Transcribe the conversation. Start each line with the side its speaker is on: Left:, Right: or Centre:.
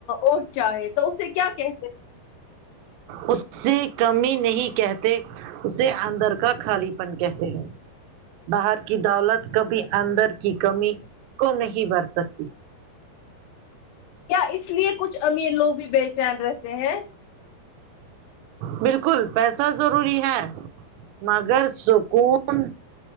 Left: اور چاہے تو اسے کیا کہ
Right: اس سے کمی نہیں کہتے اسے اندر کا خالی پن کہتے ہیں باہر کی دولت کبھی اندر کی کمی کو نہیں بھر سکتی
Left: کیا اس لیے کچھ امیر لوگ بھی بےچین رہتے ہیں
Right: بالکل پیسہ ضروری ہے مگر سکون